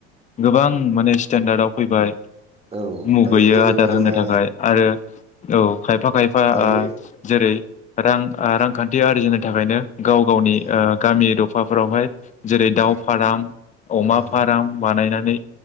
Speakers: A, on the left (about 25°); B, on the right (about 20°).
A: गोबां माने स्टेन्डार्डआव फैबाय
B: जेनेबा औ औ
A: मुगैयो
B: दायो जेनेबा
A: आदार
B: जोंहा
A: होनो थाखाय आरो औ खायफा खायफा
B: दायो
A: ओ जेरै रां ओ रांखान्थि आरजिनो थाखायनो गाव गावनि
B: उम
A: ओ गामि दफा फाफोरावहाय जेरै दाउ
B: उम
A: फाराम अमा
B: औ
A: फार्म बानायनानै